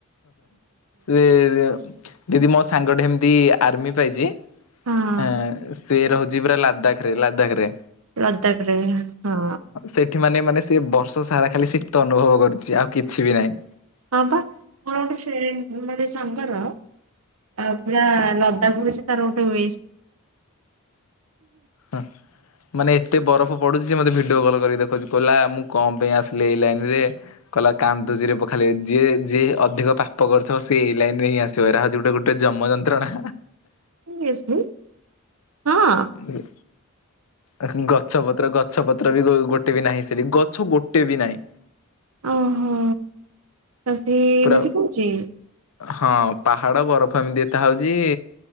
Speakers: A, on the left; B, on the right.
A: ଏ ଯେ ଦିଦି ମୋ ସାଙ୍ଗଟେ ହେମତି ଆର୍ମି ପାଇଚି ଆଁ,
B: ହଁ
A: ସିଏ ରହୁଛି ପୁରା ଲାଦାଖ ରେ ଲଦାଖ ରେ।
B: ଲଦାକ ରେ ହଁ।
A: ସେଠି ମାନେ ମାନେ ସିଏ ବର୍ଷ ସାରା ଖାଲି ଶୀତ ଅନୁଭବ କରୁଛି ଆଉ କିଛି ବି ନାହିଁ।
B: ହଁ ପି ମୋର ଗୋଟେେ ସେ ମାନେ ସାଙ୍ଗର ଅ, ପୁରା ଲ ଦାଖ ହଉଛି ତାର ରୋଟେ ଉଇସ୍।
A: ହଁ। ମାନେ ଏତେ ବରଫ ପଡୁଛି ସିଏ ମୋତେ ଭିଡିଓ କଲ୍ କରିକି ଦେଖଉଚୁ। କହିଲା ମୁଁ କଣ ପାଇଁ ଆସିଲି ଏଇ ଲାଇନ୍ ରେ। କଲା କାନ୍ଦୁଚିରେ ପୁଅ ଖାଲି ଏ ଯିଏ ଯିଏ ଅଧିକ ପାପ କରିଥିବ ସିଏ ଏଇ ଲାଇନ୍ ରେ ହିଁ ଆସ ସେରା ହଉଛି ଗୋଟେ ଗୋଟେ ଯମ ଯନ୍ତ୍ରଣା।
B: <unintelligible> ହଁ
A: ହୁଁ, ଅ, ହୁଁ, ଗଛପତ୍ର ଗଛପତ୍ର ବି ଗୋ ଗୋଟେ ବି ନାହିଁ ସେଠି ଗଛ ଗୋଟେ ବି ନାହିଁ।
B: ଓହୋ। ତ ସେ
A: ପୁରା
B: ଏମିତି କହୁଛି?
A: ହଁ ପାହାଡ ବରଫ ଏମିତି ଦେଖା ହଉଚି।